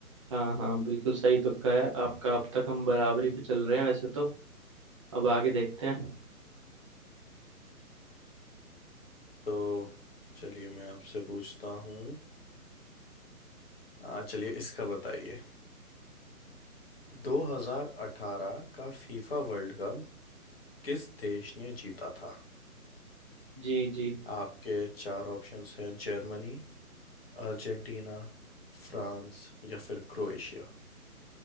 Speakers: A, on the right; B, on the left.
A: हाँ हाँ बिल्कुल सही तुक्का है आपका अब तक हम बराबरी पे चल रहे हैं वैसे तो अब आगे देखते हैं
B: तो चलिए मैं आपसे पूछता हूँ आ चलिए इसका बताइए 2018 का फीफा वर्ल्ड कप किस देश ने जीता था
A: जी जी
B: आपके चार ऑप्शंस हैं जर्मनी अर्जेंटीना फ्रांस या फिर क्रोएशिया